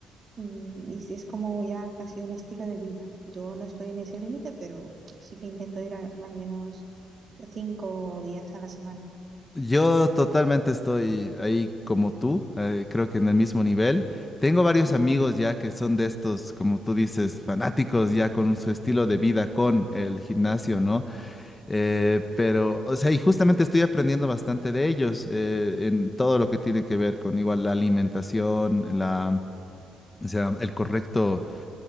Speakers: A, on the right; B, on the left.
A: Mm, Y sí es como ya casi un estilo de vida. Yo no estoy en ese límite, pero sí que intento ir a- al menos cinco días a la semana.
B: yo totalmente estoy ahí como tú, eh, creo que en el mismo nivel. Tengo varios
A: Sí,
B: amigos ya que son de estos, como tú dices, fanáticos ya con su estilo de vida, con el gimnasio, ¿no? Eh, pero, o sea, y justamente estoy aprendiendo bastante de ellos eh, en todo lo que tiene que ver con igual la alimentación, la, o sea, el correcto